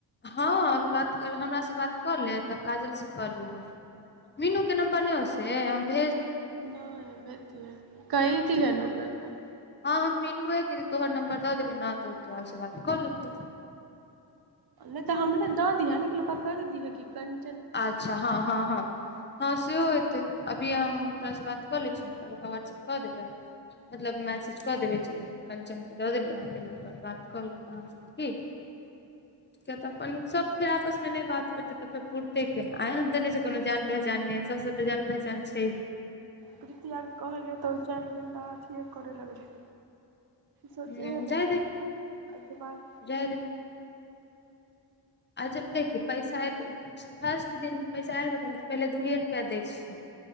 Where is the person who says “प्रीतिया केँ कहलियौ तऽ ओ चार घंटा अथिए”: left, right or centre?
Right